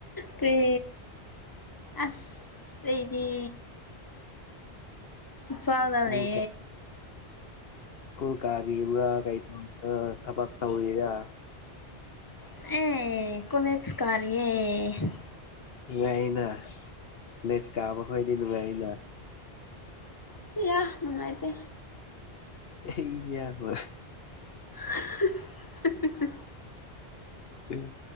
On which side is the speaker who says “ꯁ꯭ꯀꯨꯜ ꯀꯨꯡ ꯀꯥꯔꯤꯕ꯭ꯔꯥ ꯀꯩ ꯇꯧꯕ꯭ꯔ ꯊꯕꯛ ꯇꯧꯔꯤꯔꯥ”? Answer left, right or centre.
Left